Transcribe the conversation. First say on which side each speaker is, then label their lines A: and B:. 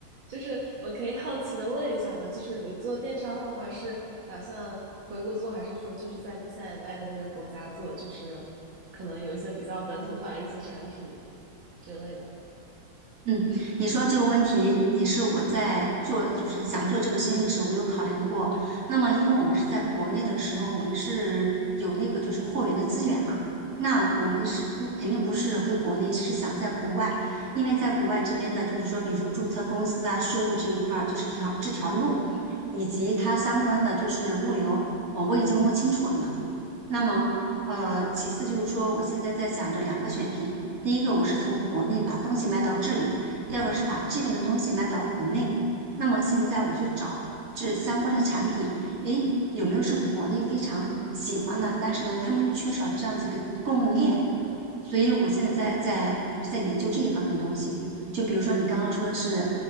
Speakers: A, on the right (about 80°); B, on the right (about 45°).
A: 就是我可以好奇的问一下吗？就是你做电商的话，是打算回国做，还是说就是在你现在待的那个国家做？就是可能有一些比较本土化的一些产品之类的。
B: 嗯，你说这个问题也是我在做，就是想做这个生意的时候，我有考量过。那么，因为我们是在国内的时候，我们是有那个就是货源的资源嘛，那我们是不肯定不是回国内，
A: 嗯，
B: 是想在国外，因为在国外这边的，就是说，比如说注册公司啊、税务这一块儿，就是条这条路，以及它相关的就是物流，哦，我已经摸清楚了嘛。
A: 哦
B: 那么，呃，其次就是说，我现在在想着两个选品，第一个我是从国内把东西卖到这里，第二个是把这边的东西卖到国内。那么现在我去找这相关的产品，
A: 哦。
B: 诶，有没有是国内非常喜欢的，但是呢，他们缺少这样子一个供应链，所以我现在在就是在研究这一方面的东西。就比如说你刚刚说的是，